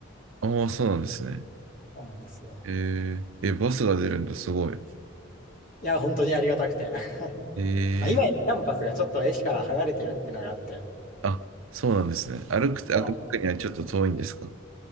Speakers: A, on the right; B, on the left.
A: ああ、そうなんですね。
B: そうなんですよ。
A: えー、え、バスが出るんだ、すごい。
B: いや、本当にありがたくて。<laughs>
A: えー
B: まあ、今、キャンパスがちょっと駅から離れてるってのがあって、
A: あ、そうなんですね。歩くと、
B: そうなんですよ
A: 歩くにはちょっと遠いんですか